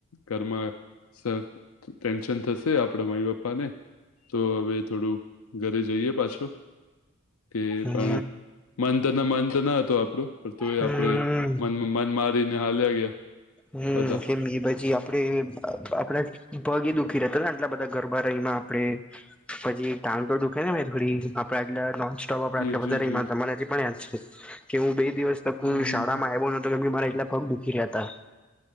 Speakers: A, on the left (about 85°); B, in the centre.
A: ઘરમાં સ.. ટેન્શન થશે આપડા મમ્મી પપ્પા ને. તો હવે થોડું ઘરે જઈએ પાછું. કે
B: હમ
A: પણ મન ત મન તો ન હત આપણો તો એ
B: હમ
A: આપડે <unintelligible> મનમાં મન માારીનેહાલ્યા ગયા.
B: હમ
A: બધા
B: કેમ એ પછી આપડે આપડા પગ એ દુઃખી રહેતા ને આટલા બધા ગરબા રયમાં આપડે. પછી ટાંગ તો દુખે ને મે થોડી આપડા એટલા નૉન.. તોય આપણે આટલા
A: એજ
B: બધા
A: એજ
B: રમ્યા
A: એજ
B: હતા મને હજી પણ યાદ છે કે હું બે દિવસ તક
A: હમ હમ
B: શાળામાં
A: હમ.
B: આવ્યો ન. તો બી મારા એટલા પગ દૂકી રહ્યા હતા.